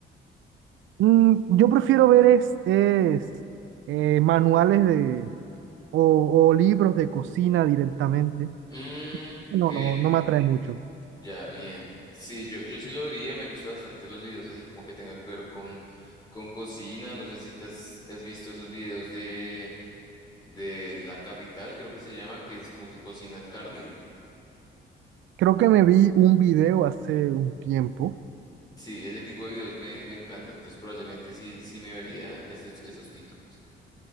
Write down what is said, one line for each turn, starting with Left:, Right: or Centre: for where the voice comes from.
Right: Mm, yo prefiero ver es, es, eh, manuales de, o, o libros de cocina directamente.
Left: Mm,
Right: No,
Left: ok,
Right: no, no me atrae mucho.
Left: ya, bien. Sí, yo, yo sí lo vería, me gustan bastante los videos, así como que tenga que ver con, con cocina. No sé si te has, te has visto esos videos de, de La Capital, creo que se llama, que es como que cocinan carne.
Right: Creo que me vi un video hace un tiempo.
Left: Sí, ese tipo de videos me, me encanta, entonces probablemente sí, sí me vería esos, esos títulos.